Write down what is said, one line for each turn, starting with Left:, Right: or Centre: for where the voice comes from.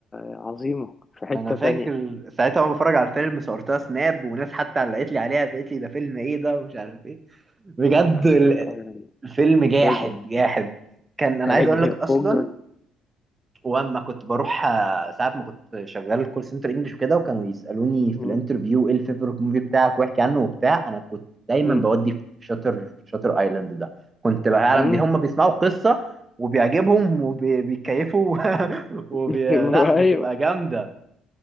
Left: عظيمة في حتة
Right: انا فاكر
Left: تانية
Right: ساعتها وانا بتفرج على الفيلم صورتها سناب وناس حتى علقت لي عليها قالت لي ده فيلم ايه ده ومش عارف ايه بجد
Left: عشان
Right: ال-
Left: تبقى
Right: الفيلم جاحد
Left: فاجر
Right: جاحد كان انا
Left: فاجر
Right: عايز اقول لك اصلا
Left: فجر
Right: واما كنت بروح آه، ساعات ما كنت شغال كول سنتر انجلش وكده وكانوا يسالوني في
Left: مم.
Right: الانترفيو ايه الفيفورت موفي بتاعك واحكي عنه وبتاع انا كنت دايما
Left: مم.
Right: بودي في شاتر في شاتر ايلاند ده كنت فعلا
Left: مم.
Right: بي هم بيسمعوا قصه وبيعجبهم وبيكيفوا <laughs> وبي...
Left: <laughs>
Right: لا بتبقى
Left: أيوة
Right: جامده